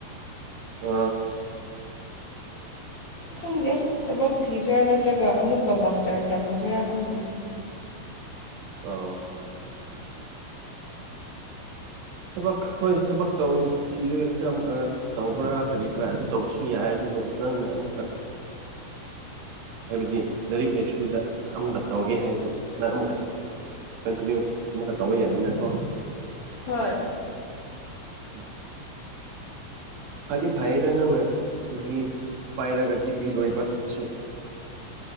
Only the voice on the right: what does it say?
ꯎ
ꯑꯣ ꯊꯕꯛ ꯍꯣꯏ ꯊꯕꯛ ꯇꯧ ꯊꯤꯔꯒ ꯑꯦꯛꯖꯥꯝ ꯇꯧꯕ꯭ꯔꯥ ꯀꯔꯤ ꯀꯔꯥ ꯑꯗꯨ ꯇꯧꯕꯁꯨ ꯌꯥꯏ ꯑꯗꯨꯕꯨ ꯅꯪꯅ ꯑꯃꯨꯛꯀ ꯍꯥꯏꯕꯗꯤ ꯂꯥꯏꯔꯤꯛ ꯂꯥꯏꯁꯨꯗ ꯑꯃꯨꯛꯀ ꯇꯧꯒꯦ ꯍꯥꯏꯅ ꯁꯨꯝ ꯅꯪ ꯑꯃꯨꯛꯀ ꯀꯟꯇꯤꯅ꯭ꯌꯨ ꯑꯃꯒ ꯇꯧꯕ ꯌꯥꯏꯅꯀꯣ
ꯎꯝ ꯐꯗꯤ ꯐꯩꯗ ꯅꯪꯅ ꯗꯤꯒ꯭ꯔꯤ ꯄꯥꯏꯔꯒ ꯗꯤꯒ꯭ꯔꯤ ꯂꯣꯏꯕꯁꯨ